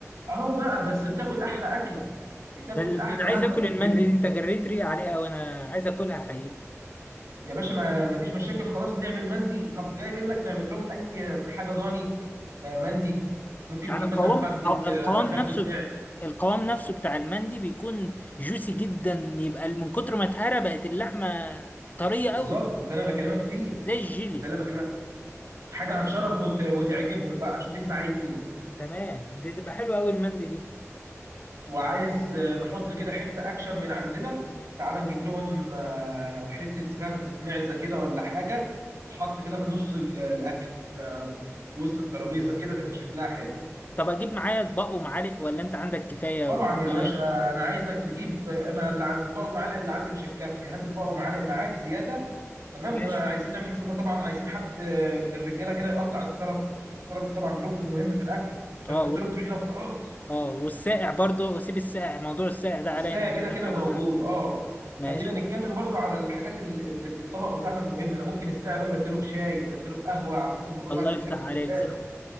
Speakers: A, on the right; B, on the left.
A: اهو بقى بس بتاكل احلى اكله بتاكل
B: ده اللي-
A: احلى
B: ده انا
A: لحمه
B: عايز اكل
A: في
B: المندي
A: الدنيا
B: دي انت جريت ريقي عليها وانا عايز اكلها حقيقي
A: يا باشا ما ما فيش مشاكل خلاص نعمل مندي طب جاي منك نعمل لهم اي حاجه ضاني ما- مندي ممكن
B: يعني
A: نجيب
B: القوام
A: مثلا فخده
B: القوام
A: آه، فخده
B: نفسه
A: معد
B: القوام نفسه بتاع المندي بيكون جوسي جدا يبقى من كتر ما اتهرى بقت اللحمة طرية قوي
A: بالظبط ده انا بكلمك فيه
B: زي الجيلي
A: ده اللي أنا بكلمك حاجه هتشرف وت... وتعجبهم بقى شوف انت عايز ايه
B: تمام دي تبقى حلوة قوي المندي دي
A: وعايز آه، نحط كده حته اكشن من عندنا تعال نجيب لهم آه، حته فخده معزه كده ولا حاجه تتحط كده في نص ال- الاكل آه، في وسط الترابيزه كده تبقى شكلها حلو
B: طب اجيب معايا اطباق ومعالق ولا انت عندك كفاية
A: طبعا
B: وكوبايات
A: يا باشا انا عايزك تجيب انا اللي عن- الاطباق والمعالق اللي عندي مش هتكفي هات اطباق ومعالق معاك زياده تمام
B: ماشي
A: وعايزين نعمل حسابنا طبعا عايزين حد من الرجاله كده يقطع السلطه عشان السلطه طبعا ركن مهم في الاكل مش
B: اه
A: هنحط
B: و...
A: لهم طحينه وخلاص
B: اه والساقع برضو واسيب الساقع موضوع الساقع ده عليا
A: الساعة
B: انا اجيب
A: كده
B: انا
A: كده
B: حاجة
A: موجود
B: ساقعة
A: اه
B: ماشي
A: خلينا نتكلم برضو على الحاجات ال- اللي في الطبق بتاعنا المهمه انا ممكن الساعة ده نبدله بشاي نبدله بقهوه على حسب ما كل
B: الله
A: واحد
B: يفتح
A: يحب مش
B: عليك
A: لازم
B: صح